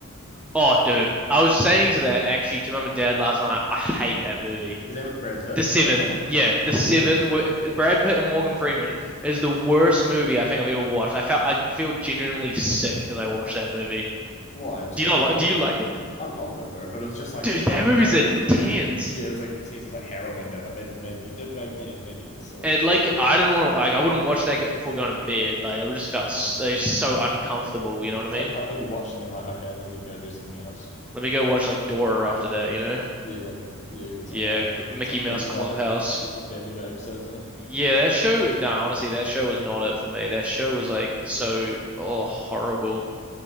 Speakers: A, in the centre; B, on the left (about 35°).
A: oh, dude. I was saying to that actually to mum and dad last night. I hate that movie.
B: Is that with Brad Pitt?
A: The Seven.
B: That one?
A: Yeah, The Seven.
B: Yeah.
A: Brad Pitt and Morgan Freeman is the worst movie I think I've ever watched. I felt I feel genuinely sick as I watched that movie.
B: Why? Just
A: Do you
B: because
A: not like?
B: like
A: Do you like it?
B: I loved it, bro. But it was just like.
A: Dude, that movie's
B: Aaron-
A: intense.
B: yeah, it was like intense. It's like harrowing though. Like made made you did make yeah, made you feel sick.
A: And like, I didn't want to. Like, I wouldn't watch that before going to bed. Like, I just felt s-
B: Oh,
A: like, just so uncomfortable.
B: no.
A: You know what
B: It's
A: I mean?
B: like the kind of thing you watch and then like, okay, let me go do something else.
A: Let me go watch like Dora after that. You know?
B: Yeah, yeah, get
A: Yeah,
B: some um,
A: Mickey
B: get some
A: Mouse
B: Family
A: Clubhouse.
B: Guy, get some Family Guy episodes in.
A: Yeah, that show. Nah, honestly, that show was not it for me. That show was like so oh horrible.